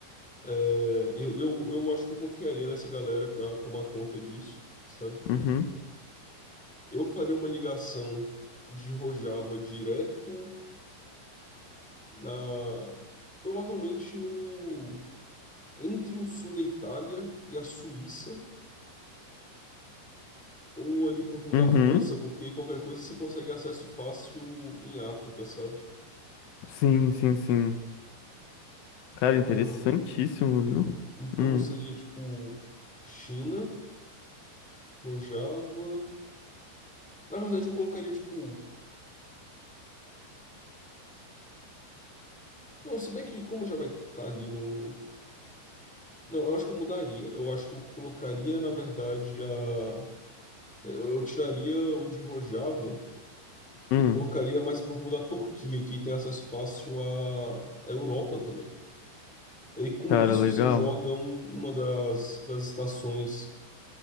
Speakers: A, in the centre; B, on the left (about 80°).
A: É, eu, eu, eu acho que eu confiaria nessa galera para tomar conta disso, sabe?
B: Uhum.
A: Eu faria uma ligação de Rojava direto na. Provavelmente no. entre o sul da Itália e a Suíça, ou ali pro rumo da
B: Uhum.
A: França, porque aí qualquer coisa você consegue acesso fácil em África, sabe?
B: Sim, sim, sim. Cara,
A: Ah,
B: interessantíssimo, viu?
A: então
B: Hum,
A: seria tipo China, Rojava. Na verdade, eu colocaria tipo. Não, se bem que como já vai estar ali no. Não, eu acho que eu mudaria. Eu acho que eu colocaria, na verdade, a. Eu eu tiraria o de Rojava e
B: hum.
A: colocaria mais pro rumo da Turquia, que tem acesso fácil à à Europa também. E com
B: Cara,
A: isso
B: legal.
A: você joga um- uma das, das estações